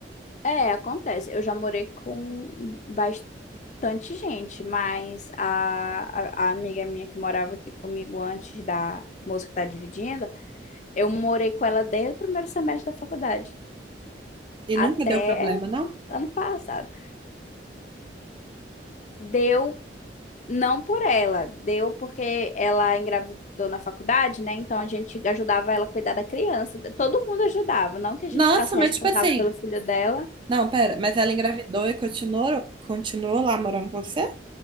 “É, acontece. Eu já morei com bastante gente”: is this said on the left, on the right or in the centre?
Left